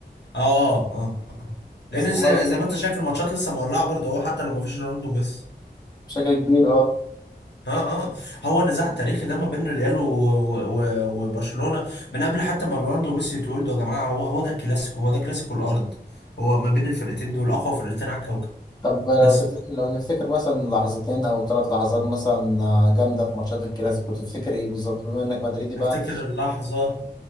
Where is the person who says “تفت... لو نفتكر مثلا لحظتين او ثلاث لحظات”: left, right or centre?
Left